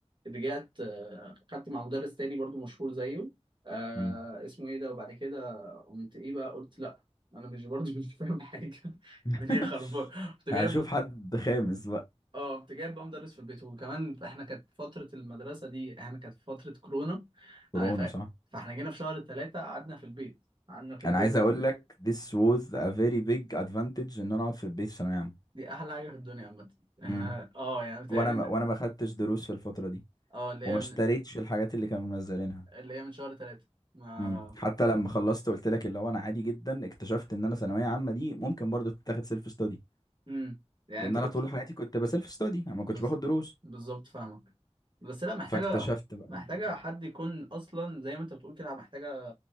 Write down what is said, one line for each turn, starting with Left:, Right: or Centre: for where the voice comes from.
Right: رجعت آه، خدت مع مدرس تاني برضو مشهور زيه آه
Left: مم.
Right: اسمه ايه ده وبعد كده قمت ايه بقى قلت لا انا مش برضو <laughs> مش فاهم حاجه <laughs>
Left: <laughs>
Right: الدنيا خربانه كنت جاي
Left: هشوف
Right: م...
Left: حد خامس بقى
Right: اه كنت جايب بقى مدرس في البيت وكمان احنا كانت فتره المدرسه دي احنا كانت فتره كورونا
Left: كورونا
Right: آه، ف...
Left: صح
Right: فاحنا جينا في شهر ثلاثة قعدنا في البيت قعدنا في البيت
Left: انا عايز اقول لك this was a very big advantage ان انا اقعد في البيت في ثانويه عامه
Right: دي احلى حاجه في الدنيا عامه احنا
Left: مم.
Right: اه يعني متهيألي
Left: وانا
Right: ان
Left: ما وانا ما خدتش دروس في الفتره دي
Right: اه اللي
Left: وما
Right: هي
Left: اشتريتش
Right: من...
Left: الحاجات اللي كانوا منزلينها
Right: اللي هي من شهر ثلاثة ما
Left: مم. حتى لما خلصت قلت لك اللي هو انا عادي جدا اكتشفت ان انا ثانويه عامه دي ممكن برضو تتاخد سيلف ستادي
Right: امم يعني
Left: لان
Right: انت
Left: انا
Right: كنت
Left: طول حياتي كنت بسيلف ستادي انا ما
Right: بز...
Left: كنتش باخد دروس
Right: بالظبط فاهمك بس لا محتاجه
Left: فاكتشفت بقى إن-
Right: محتاجه حد يكون اصلا زي ما انت بتقول كده محتاجه